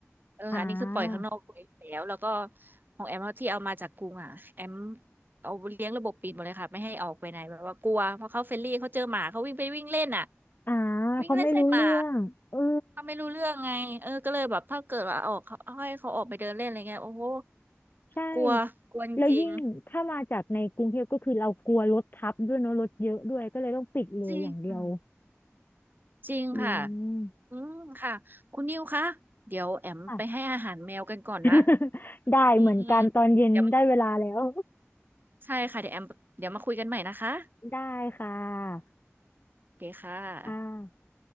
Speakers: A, on the right (about 40°); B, on the left (about 45°).
A: เอออันนี้คือปล่อยข้างนอกไปแล้วแล้วก็
B: อ่า
A: ของแอมที่เอามาจากกรุงอ่ะแอมเอาเลี้ยงระบบปิดหมดเลยค่ะไม่ให้ออกไปไหนแบบว่ากลัวเพราะเขาเฟรนลี่เขาเจอหมาเขาวิ่งไปวิ่งเล่นอ่ะ
B: อ่า
A: วิ่งเล่นใส่หมา
B: เขาไม่รู้เรื่อง เออ
A: เขาไม่รู้เรื่องไง เออก็เลยแบบถ้าเกิดว่าออกเขาให้เขาออกไปเดินเล่นอะไรเงี้ยโอ้โห
B: ใช่
A: กลัวกลัวจริง
B: แล้วยิ่งถ้ามาจากในกรุงเทพก็คือเรากลัวรถทับด้วยเนอะรถเยอะด้วยก็เลยต้องปิดเลยอย่างเดียว
A: จริงอืมจริงค่ะ
B: อืม
A: อืมค่ะ คุณนิวคะ เดี๋ยวแอมไปให้อาหารแมวกันก่อนนะ
B: ค่ะ <laughs> ได้เหมือนกันตอนเย็นได้เวลาแล้ว
A: อืมอืมเดี๋ยวมาใช่ค่ะเดี๋ยวแอมเดี๋ยวมาคุยกันใหม่นะคะ
B: <laughs> ได้ค่ะ
A: โอเคค่ะ
B: อ่า